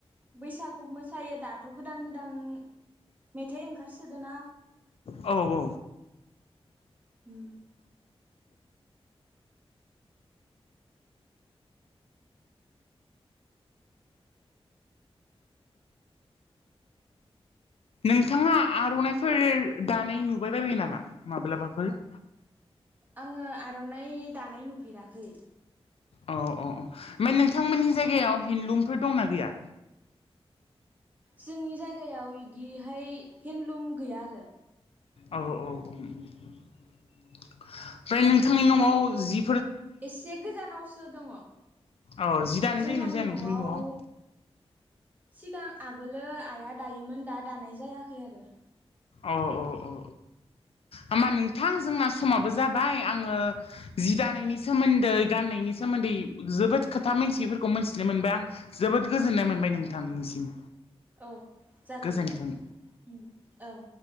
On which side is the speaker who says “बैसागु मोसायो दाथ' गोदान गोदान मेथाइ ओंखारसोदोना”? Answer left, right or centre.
Right